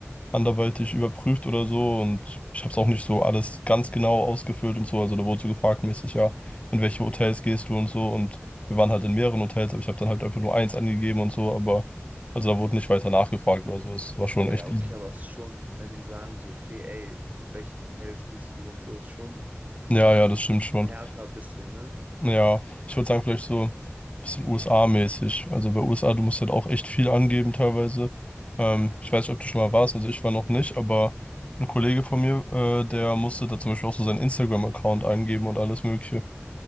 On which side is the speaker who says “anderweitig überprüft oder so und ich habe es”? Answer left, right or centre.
Left